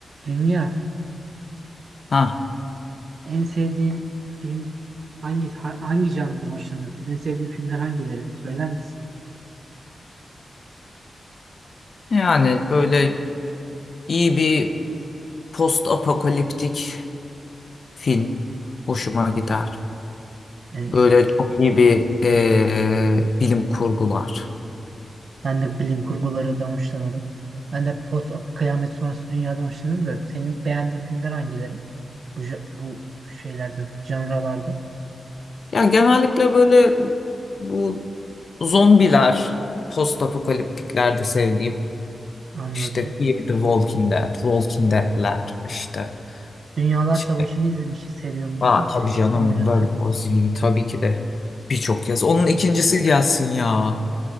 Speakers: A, on the right (about 65°); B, on the left (about 55°).
A: Dünya
B: Ha,
A: en sevdiğin film hangi ha- hangi canlıdan hoşlanıyorsun? En sevdiğin filmler hangileri? Söyler misin?
B: yani böyle iyi bir post apokaliptik film hoşuma gider.
A: Yani
B: Böyle çok iyi bir eee, bilim kurgular.
A: ben de bilim kurgularından hoşlanırım. Ben de post kıyamet sonrası dünyadan hoşlanırım da senin beğendiğin filmler hangileri? Bu ja- bu şeylerde, canralarda
B: Ya genellikle böyle bu zombiler post apokaliptiklerde sevdiğim.
A: anladım.
B: İşte Fear the Walking Dead, Walking Dead'ler işte.
A: Dünyalar
B: Şey,
A: Savaşı'nı izlemişi seviyor musun?
B: aa, tabii
A: Brad
B: canım
A: Pitt'in oynadığı.
B: World War Z tabii ki de birçok kez. Onun ikincisi gelsin ya.